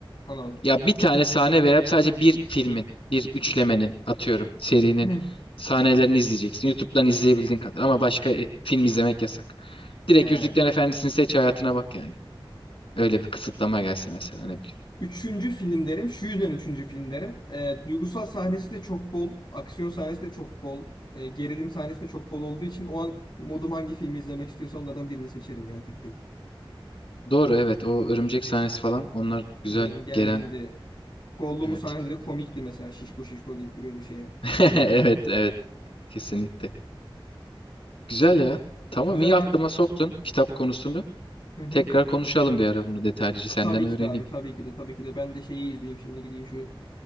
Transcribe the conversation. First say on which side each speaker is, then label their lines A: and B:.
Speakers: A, on the left (about 55°); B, on the left (about 80°).
A: Anladım.
B: Ya bir tane sahne veya sadece bir filmin, bir üçlemenin atıyorum serinin
A: <clears throat>
B: sahnelerini izleyeceksin. YouTube'dan izleyebildiğin kadar ama başka e, film izlemek yasak. Direkt
A: He.
B: Yüzüklerin Efendisi'ni seç hayatına bak yani. Öyle bir kısıtlama gelse mesela ne bileyim.
A: Üçüncü film derim. Şu yüzden üçüncü film derim. E, duygusal sahnesi de çok bol. Aksiyon sahnesi de çok bol. E, gerilim sahnesi de çok bol olduğu için o an modum hangi filmi izlemek istiyorsa onlardan birini seçerim ya tek tek.
B: Doğru evet o örümcek sahnesi falan onlar güzel
A: Hmm, gergindi.
B: gelen
A: Gollum'un
B: evet.
A: sahneleri komikti mesela. Şişko şişko deyip duruyordu şeye.
B: <laughs>
A: Semen.
B: Evet, evet. Kesinlikle. Güzel ya. Tamam,
A: Güzel
B: iyi aklıma
A: abi.
B: soktun kitap konusunu.
A: Hı hı.
B: Tekrar konuşalım bir ara bunu detaylıca. Senden
A: Tabii
B: öğreneyim.
A: ki de abi. Tabii ki de. Tabii ki de. Ben de şeyi izleyeyim. Şimdi gideyim şu